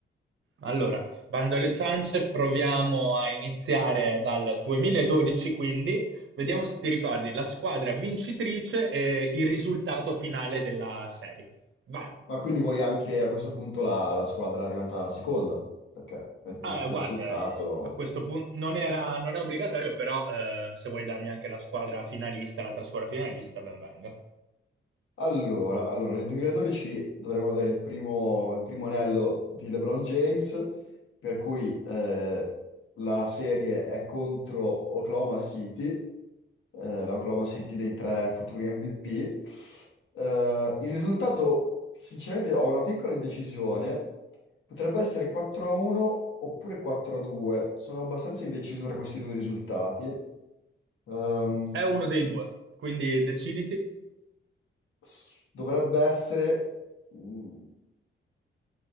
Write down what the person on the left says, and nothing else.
Ma quindi vuoi anche a questo punto la, la squadra arrivata seconda? Perché per dirti
il risultato...
Allora, allora, nel 2012 dovremmo avere il primo, il primo anello di LeBron James, per cui eh, la serie è contro Oklahoma City eh, l'Oklahoma City dei tre futuri MVP. Eh, il risultato, sinceramente, ho una piccola indecisione. Potrebbe essere 4-1 oppure 4-2. Sono abbastanza indeciso tra questi due risultati. Ehm,
s- dovrebbe essere... mm,